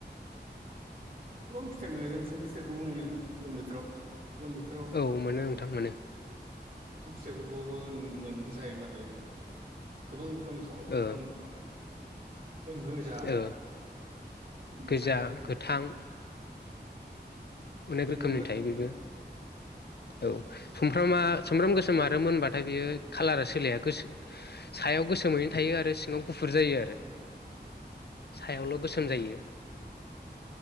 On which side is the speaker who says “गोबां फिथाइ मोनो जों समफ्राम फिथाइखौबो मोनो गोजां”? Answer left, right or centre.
Right